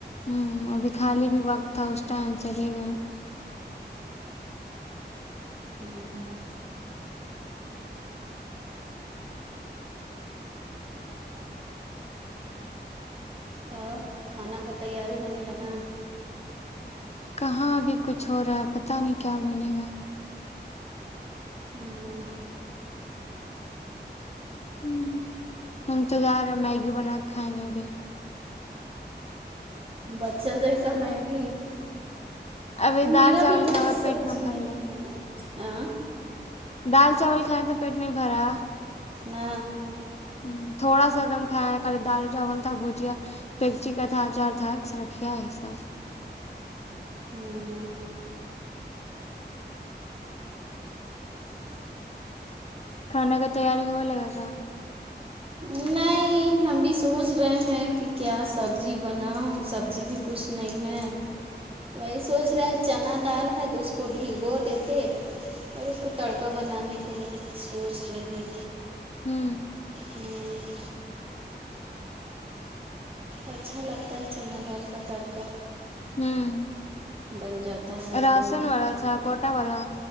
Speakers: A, on the left; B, on the right.
A: ہمم ابھی خالی بھی وقت تھا اس ٹائم چلے گیا
B: جی اور کھانا کا تیاری ہونے لگا
A: کہاں ابھی کچھ ہو رہا ہے پتا نہیں کیا بنے گا
B: ہمم
A: آمم ہم تو جارے میگی بناک کھائیں گےابھی
B: بچہ جیسا میگی
A: ابھی دال
B: میرا
A: چاول
B: بھی کچھ
A: کھائیں اور
B: سبزی
A: پیٹ نہ
B: نہیں
A: بھر لے
B: ہے آ
A: دال چاول کھاکے پیٹ نہیں بھرا
B: نا
A: م تھوڑا سا ایک دم کھایا کر دال چاول تھا بھجیا پیکچی کا تھا اچار تھا رکھیا یے سب
B: ہمم
A: کھانا کا تیاری ہو لے لگا
B: نہیں ہم بھی سوچ رہے ہیں کی کیا سبجی بناؤ سبجی بھی کچھ نہیں ہے تو وہی سوچ رہے چنا دال ہے تو اس کو بھگو دیتے اور اس کو تڑکا بنانے کے لیے سوچ رہے ہیں
A: ہمم
B: ہم اچھا لگتا ہے چنا دال کا تڑکا
A: ہمم
B: بن جاتا ہے
A: راشن
B: تو
A: والا تھا کوٹا والا